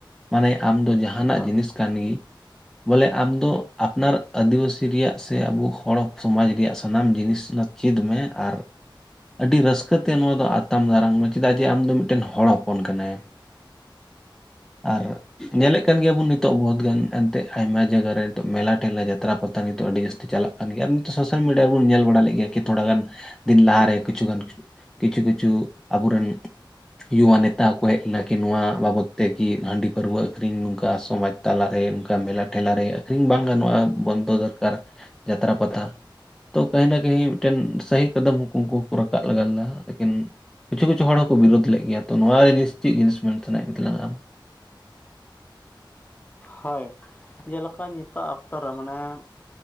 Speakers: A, in the centre; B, on the left.
A: ᱢᱟᱱᱮ ᱟᱢ ᱫᱚ ᱡᱟᱦᱟᱱᱟᱜ
B: ᱦᱳᱭ
A: ᱡᱤᱱᱤᱥ ᱠᱟᱱ ᱜᱮ ᱵᱚᱞᱮ ᱟᱢ ᱫᱚ ᱟᱯᱱᱟᱨ ᱟᱹᱫᱤᱵᱟᱹᱥᱤ ᱨᱮᱭᱟᱜ ᱥᱮ ᱟᱵᱚ ᱦᱚᱲ ᱥᱚᱢᱟᱡᱽ ᱨᱮᱭᱟᱜ ᱥᱟᱱᱟᱢ ᱡᱤᱱᱤᱥ- ᱪᱤᱫ ᱢᱮ ᱟᱨ- ᱟᱹᱰᱤ ᱨᱟᱹᱥᱠᱟᱹ ᱛᱮ ᱱᱚᱣᱟ ᱫᱚ ᱟᱛᱟᱢ ᱫᱟᱨᱟᱢ ᱢᱮ ᱪᱮᱫᱟᱜ ᱡᱮ ᱟᱢ ᱫᱚ ᱢᱤᱫᱴᱮᱱ ᱦᱚᱲ ᱦᱚᱯᱚᱱ ᱠᱟᱱᱟᱢ᱾ ᱟᱨ
B: ᱴᱷᱤᱠ
A: ᱧᱮᱞᱮᱫ ᱠᱟᱱ ᱜᱮᱭᱟ ᱵᱚᱱ ᱱᱤᱛ ᱱᱤᱛᱚᱜ ᱵᱚᱦᱩᱛ ᱜᱟᱱ ᱮᱱᱛᱮ ᱟᱭᱢᱟ ᱡᱟᱭᱜᱟ ᱨᱮ ᱱᱤᱛᱚᱜ ᱢᱮᱞᱟ ᱴᱮᱞᱟ ᱡᱟᱛᱨᱟ ᱯᱟᱛᱟ ᱱᱤᱛᱚᱜ ᱟᱹᱰᱤ ᱡᱟᱹᱥᱛᱤ ᱪᱟᱞᱟᱜ- ᱠᱟᱱ ᱜᱮᱭᱟ ᱟᱨ ᱱᱤᱛᱚᱜ ᱥᱳᱥᱟᱞ ᱢᱤᱰᱤᱭᱟ ᱨᱮᱵᱚᱱ ᱧᱮᱞ ᱵᱟᱲᱟ ᱞᱮᱫ ᱜᱮᱭᱟ ᱠᱤ ᱛᱷᱚᱲᱟ ᱜᱟᱱ ᱫᱤᱱ ᱞᱟᱦᱟᱨᱮ ᱠᱤᱪᱷᱩᱜᱟᱱ- ᱠᱤᱪᱷᱩ ᱠᱤᱪᱷᱩ ᱟᱵᱚᱨᱮᱱ ᱩᱣᱟ ᱱᱮᱛᱟ ᱦᱚᱠᱚ ᱦᱮᱡ- ᱱᱟᱠᱤ ᱱᱚᱣᱟ ᱵᱟᱵᱚᱛ ᱛᱮ ᱠᱤ ᱦᱟᱺᱰᱤ ᱯᱟᱹᱨᱣᱟᱹ ᱟᱹᱷᱨᱤᱧ ᱱᱚᱝᱠᱟ ᱥᱚᱢᱟᱡᱽ ᱛᱟᱞᱟ ᱨᱮ ᱱᱚᱝᱠᱟ ᱢᱮᱞᱟ ᱴᱷᱮᱞᱟ ᱨᱮ᱾ ᱟᱹᱠᱷᱨᱤᱧ ᱵᱟᱝ ᱜᱟᱱᱚᱜᱼᱟ ᱵᱚᱱᱫᱚ ᱫᱚᱨᱠᱟᱨ ᱡᱟᱛᱨᱟ ᱯᱟᱛᱟ᱾ ᱛᱚ ᱠᱟᱹᱦᱤᱱᱟ ᱠᱟᱹᱦᱤ ᱢᱤᱫᱴᱮᱱ ᱥᱟᱦᱤ ᱠᱟᱫᱚᱢ ᱩᱱᱠᱩ ᱠᱚ ᱨᱟᱠᱟᱵ ᱞᱟᱜᱟ ᱞᱮᱫᱟ ᱞᱮᱠᱤᱱ- ᱠᱤᱪᱷᱩ ᱠᱤᱪᱷᱩ ᱦᱚᱲᱠᱚ ᱵᱤᱨᱳᱫ ᱞᱮᱫ ᱜᱮᱭᱟ᱾ᱛᱚ ᱱᱚᱣᱟ ᱨᱮ ᱡᱟ. ᱥᱛᱤ ᱪᱮᱫ ᱡᱤᱱᱤᱥ ᱢᱮᱱ ᱥᱟᱱᱟᱭᱮᱫ ᱢᱮ ᱛᱟᱞᱟᱝᱟ ᱟᱢ?
B: ᱦᱳᱭ ᱡᱮᱞᱮᱠᱟ ᱱᱤᱛᱚᱜ ᱚᱠᱛᱚ ᱨᱮ ᱢᱟᱱᱮ-